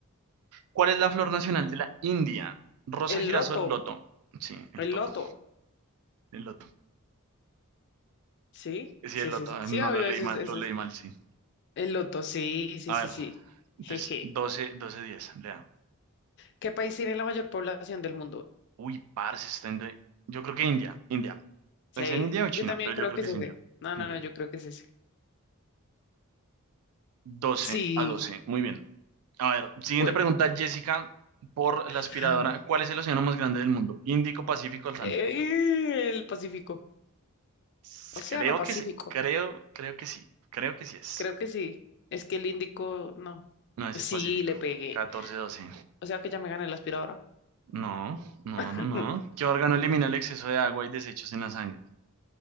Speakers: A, on the right; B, on the left.
A: ¿Cuál es la flor nacional de la India? Rosa,
B: El
A: girasol,
B: loto,
A: loto. Sí, el
B: el
A: toto.
B: loto.
A: El loto.
B: ¿Sí?
A: Sí,
B: Sí,
A: el loto.
B: sí, sí.
A: eh,
B: Sí,
A: No
B: obvio,
A: lo leí
B: ese
A: mal,
B: es, ese
A: lo leí
B: es.
A: mal, sí.
B: El loto, sí, sí,
A: A
B: sí,
A: ver,
B: sí.
A: entonces
B: Jeje.
A: 12, 12, 10. Lea.
B: ¿Qué país tiene la mayor población del mundo?
A: Uy, parce, está entre. Yo creo que India, India.
B: Sí,
A: ¿Es en India o
B: yo
A: China?
B: también
A: Pero
B: creo
A: yo creo
B: que
A: que
B: es
A: es
B: ese.
A: India.
B: No,
A: India.
B: no, no, yo creo que es ese.
A: 12
B: Sí,
A: a 12. Muy bien. A ver, siguiente
B: bueno.
A: pregunta,
B: <gasps>
A: Jessica, por
B: <sighs>
A: la aspiradora. ¿Cuál es el océano más grande del mundo? Índico, Pacífico, Atlántico.
B: Eh, el Pacífico.
A: S-
B: Océano
A: Creo
B: Pacífico.
A: que sí, creo, creo que sí, creo que sí es.
B: Creo que sí. Es que el índico, no.
A: No es
B: Sí,
A: el Pacífico.
B: le pegué.
A: Catorce doce.
B: O sea que ya me gané la aspiradora.
A: No, no,
B: <laughs>
A: no, no. ¿Qué órgano elimina el exceso de agua y desechos en la sangre?